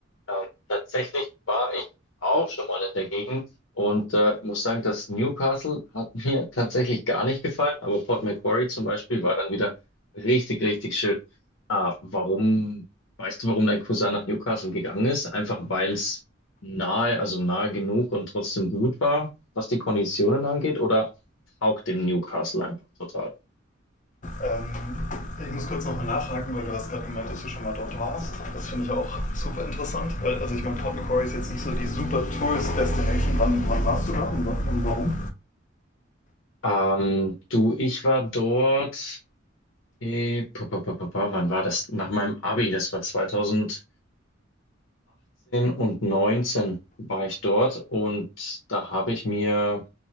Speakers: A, on the left; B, on the left.
A: Ähm, tatsächlich war ich auch schon mal in der Gegend und äh, muss sagen, das Newcastle hat <laughs> mir tatsächlich gar nicht gefallen, aber Port Macquarie zum Beispiel war dann wieder richtig, richtig schön. Ah, warum, weißt du, warum dein Cousin nach Newcastle gegangen ist? Einfach weil es nahe, also nahe genug und trotzdem gut war, was die Konditionen angeht, oder? taugt dem Newcastle einfach total.
B: Ähm, ich muss kurz nochmal nachhaken, weil du hast gerade gemeint, dass du schon mal dort warst. Das finde ich auch super interessant, weil also ich meine, Port Macquarie ist jetzt nicht so die super Tourist Destination. Wann, wann warst du da und, und warum?
A: Ähm, du, ich war dort, eh, pa, pa, pa, pa, pa, wann war das? Nach meinem Abi, das war 2018 und 19 war ich dort und da habe ich mir